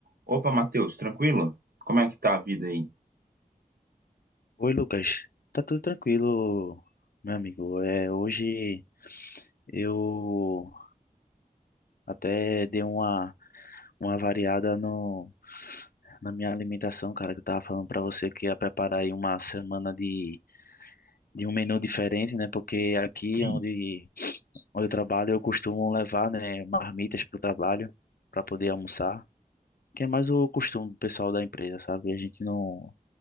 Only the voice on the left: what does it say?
Oi, Lucas. Tá tudo tranquilo, meu amigo. É, hoje eu até dei uma, uma variada no, na minha alimentação, cara, que eu tava falando pra você que ia preparar aí uma semana de, de um menu diferente, né? Porque aqui
onde, onde eu trabalho, eu costumo levar, né, marmitas pro trabalho pra poder almoçar, que é mais o costume do pessoal da empresa, sabe? A gente não,